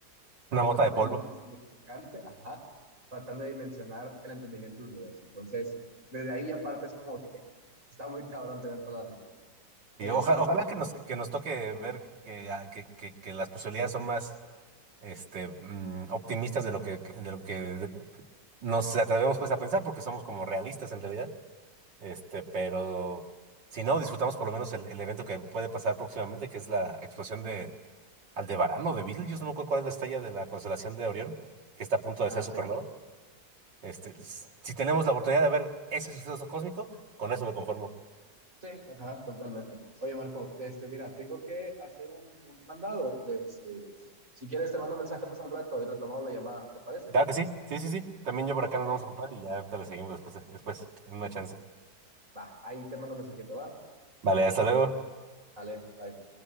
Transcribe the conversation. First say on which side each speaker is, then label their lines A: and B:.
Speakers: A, on the right; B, on the right.
A: una
B: completamente
A: mota de polvo.
B: insignificante, ajá, tratando de dimensionar el entendimiento del universo. Entonces, desde ahí aparte es como que está muy cabrón tener todas las respuestas.
A: Y
B: Oye,
A: oja-
B: Marco,
A: ojalá que nos, que nos toque ver que, ah, que, que- que las posibilidades son más este, mm, optimistas de lo que, de lo que de- nos atrevemos pues a pensar, porque somos como realistas en realidad. Este, pero si no, disfrutamos por lo menos el, el evento que puede pasar próximamente, que es la explosión de Aldebarán o de Betelgeuse, no me acuerdo cuál es la estrella de la constelación de Orión, que está a punto de
B: ah,
A: ser supernova.
B: sí.
A: Este, s- si tenemos la oportunidad de ver ese suceso cósmico, con eso me conformo.
B: Sí, ajá, totalmente. Oye, Marco, este, mira, tengo que hacer un, un mandado. De este, si quieres, te mando un mensaje más al rato y retomamos la llamada. ¿Te parece?
A: Claro que sí, sí, sí, sí. También ya por acá
B: Ok,
A: nos vamos a ocupar y ya te lo seguimos después, después, en una chance.
B: va, ahí te mando un mensajito, va.
A: Vale, hasta luego.
B: Sale, bye.